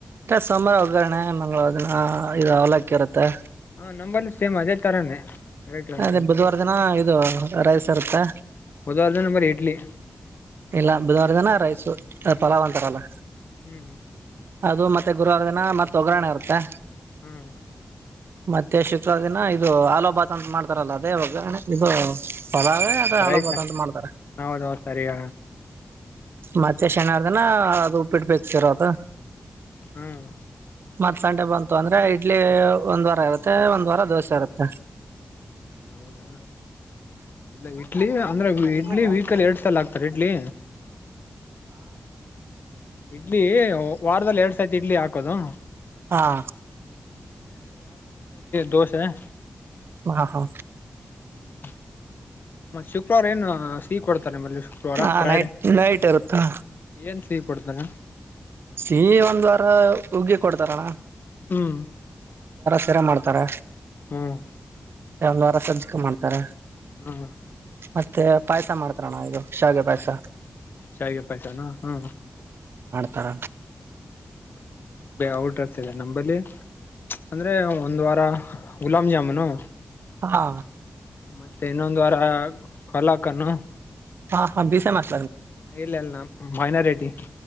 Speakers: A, on the right (about 80°); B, on the left (about 60°).
A: ಸೋಮವಾರ ಒಗ್ಗರಣೆ ಮಂಳವಾರ ದಿನ ಇದು ಅವಲಕ್ಕಿರುತ್ತೆ
B: ಹಾ ನಂಬಲಿ ಸೇಮ್ ಅದೇ ತರಾನೇ ವೆರೈಟಿ ವೆರೈಟಿ
A: ಅದೇ ಬುಧವಾರ ದಿನ ಇದು ರೈಸ ಇರುತ್ತೆ
B: ಬುಧವಾರ ದಿನ ಬರಿ ಇಡ್ಲಿ
A: ಇಲ್ಲ ಬುಧವಾರ ದನ ರೈಸು ಪಲಾವ್ ಅಂತಾರಲ್ಲ
B: ಹ್ಮ್
A: ಅದು ಮತ್ತೆ ಗುರುವಾರ ದಿನ ಮತ್ ಒಗ್ಗರಣೆ ಇರುತ್ತೆ
B: ಹ್ಮ್
A: ಮತ್ತೆ ಶುಕ್ರ ದಿನ ಇದು ಆಲೋಭಾತ ಅಂತ ಮಾಡ್ತಾರಲ್ಲ ಅದೇವಾಗ ಇದು ಪಲಾವೇ
B: ಹಾ
A: ಅದು ಆಲೂಭಾತ್
B: ರೈಸ
A: ಅಂತ ಮಾಡ್ತಾರೆ
B: ಹೌದ ಹೌ ಸರಿಗ
A: ಮತ್ತೆ ಶನಾರ ದಿನ ಅದು ಉಪ್ಪಿಡ್ಬೇಕತಿರೋದು
B: ಹ್ಮ್
A: ಮತ್ತ ಸಂಡೆ ಬಂತು ಅಂದ್ರೆ ಇಡ್ಲಿ ಒಂದ್ ವಾರ ಇರುತ್ತೆ ಒಂದ್ ವಾರ ದೋಸೆ ಇರುತ್ತೆ
B: ಹೌದಾ ಇಲ್ಲ ಇಡ್ಲಿ ಅಂದ್ರೆ
A: ಲಿಮಿಟ್
B: ಇಡ್ಲಿ
A: ಹಾ
B: ವೀಕಲಿ ಎರಡ್ ಸಲ ಆಗ್ತಾರೆ ಇಡ್ಲಿ ಇಡ್ಲಿ ವಾರದಲ್ಲಿ ಎರಡ್ ಸತಿ ಇಡ್ಲಿ ಹಾಕದು
A: ಹಾ
B: ದೋಷ ಹ
A: ಹಾ ಹಾ
B: ಹ್ಮ್ ಮತ್ತ ಶುಕ್ರವಾರ ಏನ್ ಸಿಹಿ ಕೊಡ್ತ ನಿಮ್ಮಲ್ಲಿ ಶುಕ್ರವಾರ
A: ಹಾ
B: ಫ್ರೈಡೆ
A: ನೈಟ್ ನೈಟ್ ಇರುತ್ತಾ
B: ಏನ್ ಸಿಹಿ ಕೊಡ್ತಾರೆ
A: ಸಿ ಒಂದ್ ವಾರ ಉಗ್ಗಿ ಕೊಡ್ತಾರಣ
B: ಹ್ಮ್
A: ಸಿರಾ ಮಾಡ್ತಾರಾ
B: ಹ್ಮ್
A: ಒಂದ್ ವಾರ ಸಜ್ಜಕ ಮಾಡ್ತಾರ
B: ಹ್ಮ್
A: ಮತ್ತೆ ಪಾಯಸ ಮಾಡ್ತರಣ ಇದು ಶಾಗೆ ಪಾಯಸ
B: ಶಾವಿಗೆ ಪಾಯಸಾನ ಹ್ಮ
A: ಕಾರ
B: ಔಟರ್ಸ್ ನಂಬಲ್ಲಿ ಅಂದ್ರೆ ಒಂದ್ ವಾರ ಗುಲಾಬ್ ಜಾಮೂನು
A: ಹಾ
B: ಮತ್ತೆ ಇನ್ನೊಂದ್ ವರ ಕಲಾಕನ್ನು
A: ಹಾ ಹ ಬಿಿಸೆ ಮಾರ್
B: ಇಲ್ಲಲ್ಲ ಮೈನಾರಿಟಿ